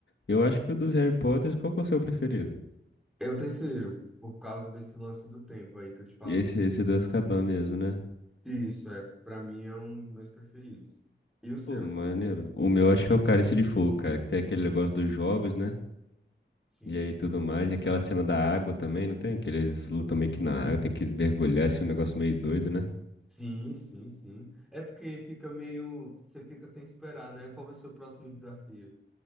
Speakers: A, on the left; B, in the centre.
A: Eu acho que o dos Harry Potters, qual que é o seu preferido?
B: É o terceiro, por causa desse lance do tempo aí que eu te falei.
A: Esse, esse do Azkaban mesmo, né?
B: Isso, é, para mim é um dos meus preferidos. E o seu?
A: Pô, maneiro. O meu acho que é o Cálice de Fogo, cara, que tem aquele negócio dos jogos, né?
B: Sim,
A: E aí
B: sim.
A: tudo mais. E aquela cena da água também, não tem? Que eles lutam meio que na água, tem que mergulhar, assim, um negócio meio doido, né?
B: Sim, sim, sim. É porque fica meio, você fica sem esperar, né? Qual vai ser o próximo desafio?